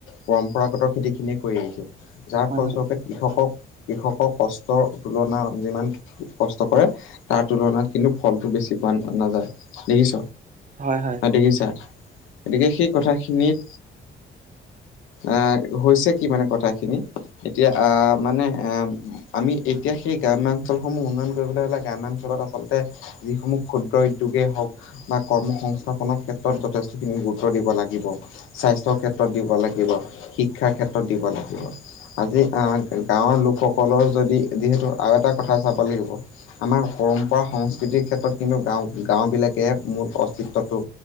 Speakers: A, on the left (about 85°); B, on the right (about 40°).
A: পৰম্পৰাগত খেতি খিনিয়ে কৰি আহিছোঁ। যাৰ
B: হয়
A: ফলস্বৰূপে
B: হয়
A: কৃষকক কৃষকক কষ্টৰ তুলনা যিমান খিনি কষ্ট কৰে তাৰ তুলনাত কিন্তু ফলটো বেছি পোৱা না নাযায়। দেখিছ?
B: হয়, হয়।
A: দেখিছা? গতিকে সেই কথাখিনিত আ হৈছে কি মানে কথাখিনি? এতিয়া আ মানে আ আমি এতিয়া সেই গ্ৰাম্যাঞ্চলসমূহ উন্নয়ন কৰিবলৈ হ'লে গ্ৰাম্যাঞ্চলত আচলতে যিসমূহ ক্ষুদ্ৰ উদ্যোগেই হওক বা কৰ্মসংস্থাপনৰ ক্ষেত্ৰত যথেষ্টখিনি গুৰুত্ব দিব লাগিব। স্বাস্থ্যৰ ক্ষেত্ৰত দিব লাগিব, শিক্ষাৰ ক্ষেত্ৰত দিব লাগিব। আজি আ গাঁওৰ লোকসকলৰ যদি, যিহেতু আৰু এটা কথা চাব লাগিব। আমাৰ পৰম্পৰা সংস্কৃতিৰ ক্ষেত্ৰত কিন্তু গাঁও গাঁওবিলাকে মূল অস্তিত্বটো